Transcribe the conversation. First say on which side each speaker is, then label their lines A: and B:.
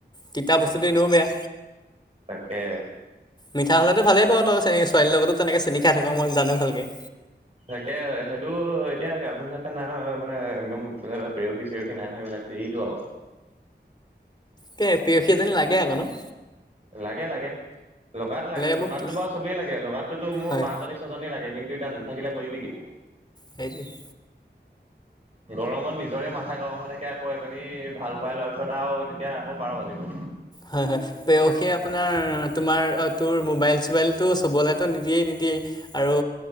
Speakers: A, on the left; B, on the right.
A: তিতা বস্তুটো এনেও বেয়া।
B: তাকে।
A: মিঠা হ'লেটো ভালেই পাৱ তই। চে ছোৱালীৰ লগতো তেনেক চেনি খাই থাক মই জানো ভালকে।
B: তাকে, সেইটো এতিয়া গাৰ্লফ্ৰেণ্ড- চাৰ্লফ্ৰেণ্ড নাই নহয়। মানে, একদম পে পেয়সী-চেয়সী নাই নহয় এইবিলাক এৰিলোঁ আও।
A: তাকে প্ৰেয়সী এজনী লাগে আক' ন '?
B: লাগে, লাগে। লগাত লাগে
A: এইবোৰ
B: লগাতো
A: কি
B: বাৰু চবেই লাগে। লগাতটোতো মোৰ
A: হয়
B: পাঁচজনী, ছ ছজনী লাগে কিন্তু এতিয়া নাথাকিলে কৰিবি কি?
A: সেইটোৱে।
B: গৰমত নিজৰে মাথা গৰম হৈ থাকে। আকৌ এজনী ভাল পাই লোৱাৰ পিছত আৰু তেতিয়া আকৌ বাৰ বাজিব।
A: হয়, হয়। প্ৰেয়সী আপোনাৰ, তোমাৰ, অ তোৰ মোবাইল-চোবাইল- টো চুবলেটো নিদিয়ে নিদিয়েই আৰু